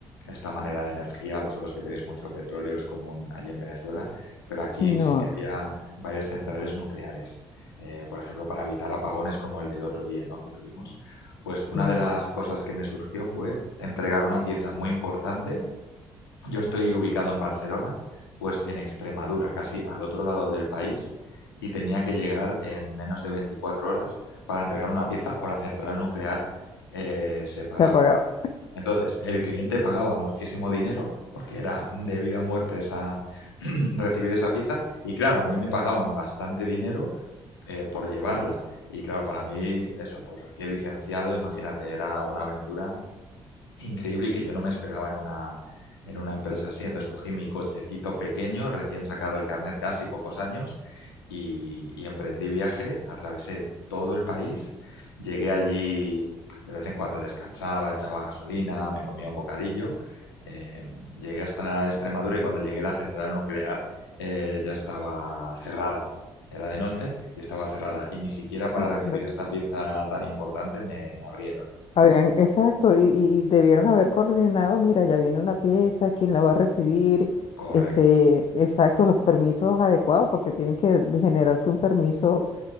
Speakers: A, on the left; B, on the left.
A: esta manera de energía, vosotros que tenéis mucho petróleo, es común allí en Venezuela, pero aquí
B: No,
A: sí que había varias centrales nucleares. Eh, por ejemplo, para evitar apagones como el del otro día, ¿no? que tuvimos. Pues una
B: claro,
A: de las cosas que me surgió fue entregar una pieza muy importante yo estoy ubicado en Barcelona, pues en Extremadura, casi al otro lado del país, y tenía que llegar en menos de 24 horas para entregar una pieza o la central nuclear eh, se paraba.
B: se apagaba.
A: Entonces, el cliente pagaba muchísimo dinero porque era de vida o muerte esa, <clears throat> recibir esa pieza y claro, a mí me pagaban bastante dinero eh, por llevarla. Y claro, para mí eso, pues recién licenciado, imagínate, era una aventura increíble y que yo no me esperaba en una, en una empresa así. Entonces cogí mi cochecito pequeño, recién sacado el carnet casi pocos años, y, y emprendí viaje, atravesé todo el país, llegué allí, de vez en cuando descansaba, echaba gasolina, me comía un bocadillo. eh, llegué hasta Extremadura y cuando llegué la central nuclear eh, ya estaba cerrada. Era de noche y estaba cerrada. Y ni siquiera para
B: Imagínate
A: recibir esta
B: tú.
A: pieza tan importante me, me abrieron.
B: Habían, exacto, y, y debieron haber coordinado, mira, ya viene una pieza, quién la va a recibir,
A: Correcto.
B: este, exacto, los permisos adecuados, porque tienen que generarte un permiso